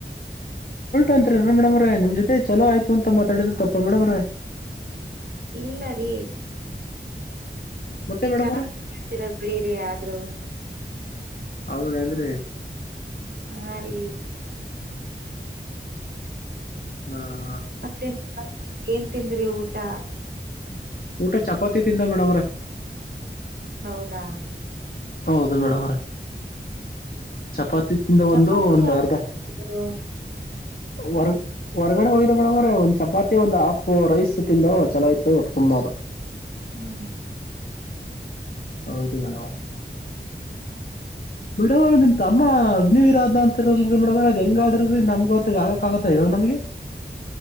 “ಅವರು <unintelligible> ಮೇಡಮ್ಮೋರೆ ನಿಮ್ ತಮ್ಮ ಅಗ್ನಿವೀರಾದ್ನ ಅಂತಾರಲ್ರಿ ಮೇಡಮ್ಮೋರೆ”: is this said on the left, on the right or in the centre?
Left